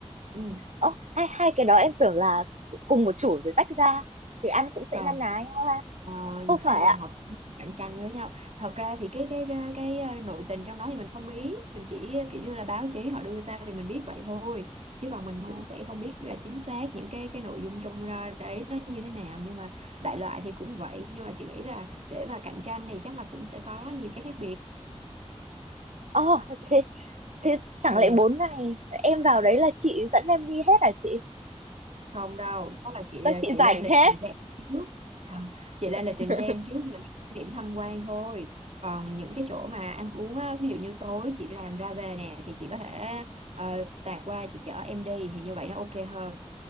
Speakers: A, on the right; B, on the right.
A: Ừ.
B: Ồ, hai hai cái đó em tưởng là cùng một chủ rồi tách ra thì ăn cũng sẽ
A: không
B: na ná nhau ha
A: Ờ,
B: không phải
A: không
B: ạ
A: họ cũng cạnh tranh với nhau thật ra thì cái cái cái, cái ờ, nội tình trong đó thì mình không biết mình chỉ kiểu như là báo chí họ đưa ra thì mình biết vậy thôi chứ còn mình
B: à,
A: cũng sẽ không biết là chính xác những cái cái nội dung trong ra đấy nó như thế nào nhưng mà đại loại thì cũng vậy nhưng mà chị nghĩ là để mà cạnh tranh thì chắc là cũng sẽ có nhiều cái khác biệt
B: Ờ, thế thế chẳng
A: ừ
B: lẽ bốn ngày em vào đấy là chị dẫn em đi hết à chị?
A: không đâu đó là chị
B: Sao chị
A: chị
B: rảnh
A: lên lịch
B: thế?
A: trình cho em trước Hả? chị lên
B: <laughs>
A: lịch trình cho em trước những cái điểm tham quan thôi còn những cái chỗ mà ăn uống á, ví dụ như tối chị làm ra về nè thì chị có thể ờ, tạt qua chị chở em đi thì như vậy nó ok hơn